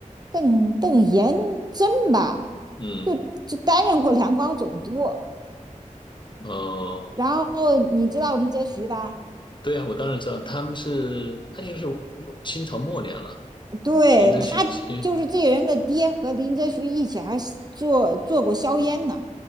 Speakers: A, on the right (about 30°); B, on the left (about 35°).
A: 邓邓延真吧，
B: 嗯
A: 就就担任过两广总督。
B: 哦，
A: 然后你知道林则徐吧？
B: 对啊，我当然知道，他们是那就是清朝末年了，
A: 对，
B: 林则徐经
A: 他就是这个人的爹和林则徐一起还是做做过硝烟呢。